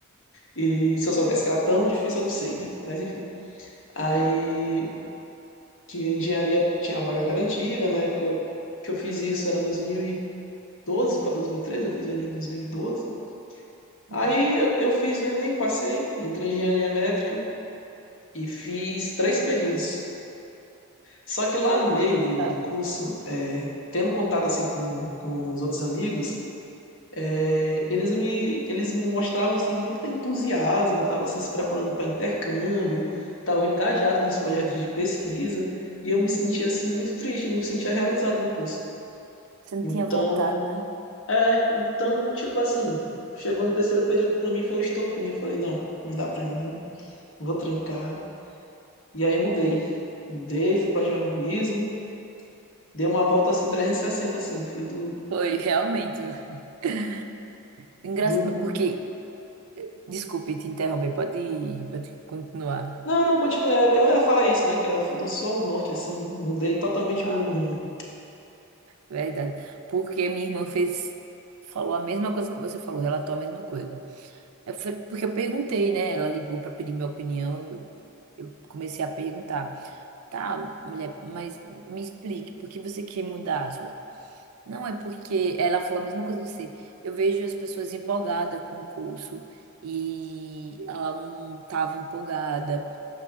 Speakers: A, on the left; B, on the right.
A: E se eu soubesse que era tão difícil, eu não sei, né? Mas enfim. Aí que a engenharia tinha a vaga garantida, na época que eu fiz isso era 2012 para 2013, eu fiz o Enem em 2012. Aí
B: Uhum.
A: eu fiz o Enem, passei, entrei em engenharia elétrica e fiz três períodos. Só que lá no meio do,
B: É.
A: do curso, é, tendo contato assim com, com os outros amigos, É, eles me eles mostravam assim muito entusiasmo, estavam se preparando para intercâmbio, estavam engajados nos projetos
B: Hum.
A: de pesquisa e eu me sentia assim muito triste, eu não me sentia realizado no curso.
B: Você não
A: Então,
B: tinha vontade, né?
A: é, então tipo assim, chegou no terceiro período para mim foi o estopim, eu falei não, não dá para mim, vou trancar. E aí mudei, mudei, fui para jornalismo, dei uma volta assim 360 assim, fui do,
B: Foi, realmente, viu? <laughs> Engraçado,
A: do
B: porque. Desculpe te interromper, pode, pode continuar.
A: Não, não, continua. Eu, eu ia falar isso, né? Que era- eu fui do sul ao norte, assim, mudei totalmente
B: Ah,
A: meu rumo.
B: verdade. Porque minha irmã fez. Falou a mesma coisa que você falou, relatou a mesma coisa. Eu fui- porque eu perguntei, né? Ela ligou para pedir minha opinião. Eu eu comecei a perguntar. Tá, mulher, mas me explique, por que você quer mudar? Não é porque ela falou a mesma coisa que você. Eu vejo as pessoas empolgadas com o curso e ela não estava empolgada.